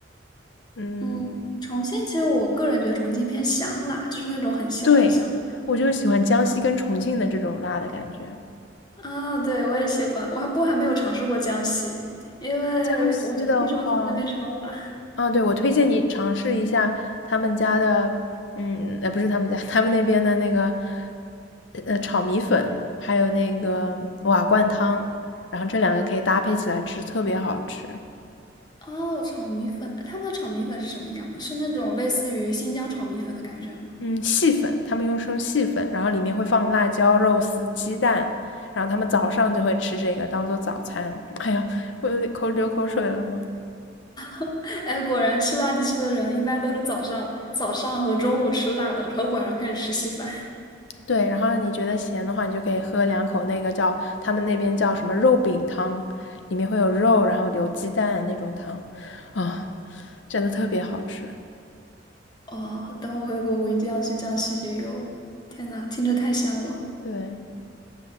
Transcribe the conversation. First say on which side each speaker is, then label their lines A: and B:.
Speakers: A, on the left (about 70°); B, on the left (about 20°).
A: 嗯，
B: 嗯，重庆其实我个人觉得重庆偏香辣，就是那种很香很香。
A: 对，我就喜欢江西跟重庆的这种辣的感觉。
B: 啊，对，我也喜欢，我还不过还没有尝试过江西，因为我就听说他们那边超辣。
A: 江西的话，啊，对，我推荐你尝试一下他们家的，嗯，呃，不是他们家，<laughs> 他们那边的那个，呃，炒米粉，还有那个瓦罐汤，然后这两个可以搭配起来吃，特别好吃。
B: 哦，炒米粉，他们的炒米粉是什么样的？是那种类似于新疆炒米粉的感觉吗？
A: 嗯，细粉，他们用生细粉，然后里面会放辣椒、肉丝、鸡蛋，然后他们早上就会吃这个当做早餐。<laughs> 哎呀，我有点口流口水了都。
B: <laughs> 哎，果然吃辣地区的人一般都是早上、早上和中午吃辣的，然后晚上开始吃稀饭。
A: 对，然后你觉得咸的话，你就可以喝两口那个叫他们那边叫什么肉饼汤，里面会有肉，然后有鸡蛋那种汤，啊，真的特别好吃。
B: <laughs> 哦，等我回国，我一定要去江西旅游。天呐，听着太香了。
A: 对，